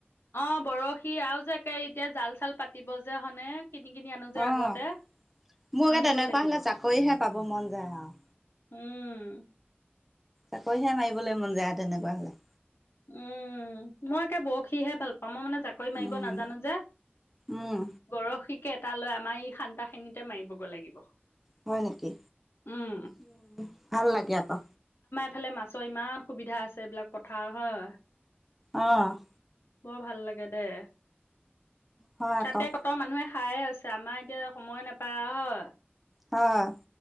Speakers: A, on the left (about 75°); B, in the centre.
A: অ বৰশী আৰু যে একে এতিয়া জাল-চাল পাতিব যে হনে। কিনি কিনি আনো যে
B: অহ
A: আগতে
B: মোৰ
A: আনিব
B: যে তেনেকুৱা
A: লাগিব
B: হলে জাকৈ হে বাব মন যাই আৰু।
A: উম।
B: জাকৈ হে মাৰিবলৈ মন যায় তেনেকুৱা হলে।
A: উম, মই একে বৰশীহে ভাল পাওঁ মই মানে জাকৈ মাৰিব
B: উম
A: নাজানো যে,
B: উম
A: বৰশীক। এটা লৈ আমাৰ এই খান্দা খিনিতে মাৰিবগৈ লাগিব।
B: হয় নেকি?
A: উম
B: উম ভাল লাগে আকৌ।
A: ইফালে মাছৰ ইমান সুবিধা আছে এইবিলাক পথাৰ। হয়।
B: অ'।
A: বৰ ভাল লাগে দেই।
B: হয়
A: তাতে
B: আকৌ
A: ক'ত মানুহে। খায়েই আছে আমাৰ এতিয়া সময় নাপায় আৰু হয়।
B: হয়।